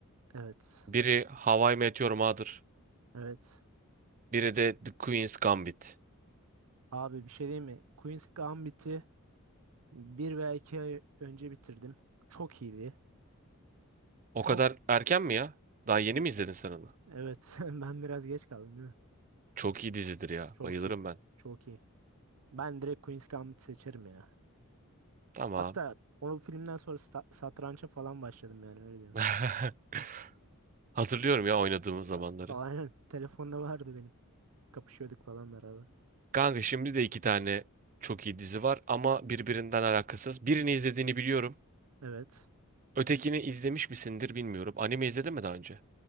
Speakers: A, on the right; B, on the right.
A: Evet.
B: Biri How I Met Your Mother.
A: Evet.
B: Biri de The Queen's Gambit.
A: Abi bir şey diyeyim mi? Queen's Gambit'i bir veya iki ay önce bitirdim. Çok iyiydi.
B: O
A: Çok
B: kadar erken mi ya? Daha yeni mi izledin sen onu?
A: evet <laughs> ben biraz geç kaldım değil mi?
B: Çok iyi dizidir ya.
A: Çok
B: Bayılırım
A: iyi.
B: ben.
A: Çok iyi. Ben direkt Queen's Gambit seçerim ya.
B: Tamam.
A: Hatta o filmden sonra sta- satrança falan başladım yani öyle diyorum.
B: <laughs> Hatırlıyorum ya oynadığımız zamanları.
A: A- Aynen. <laughs> Telefonda vardı benim. Kapışıyorduk falan beraber.
B: Kanka şimdi de iki tane çok iyi dizi var ama birbirinden alakasız. Birini izlediğini biliyorum.
A: Evet.
B: Ötekini izlemiş misindir bilmiyorum. Anime izledin mi daha önce?